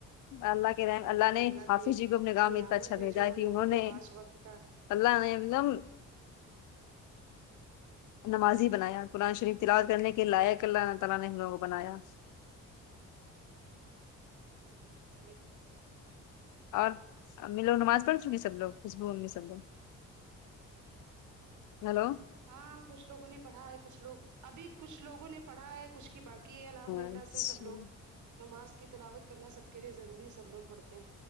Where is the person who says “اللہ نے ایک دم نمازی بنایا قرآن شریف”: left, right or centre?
Left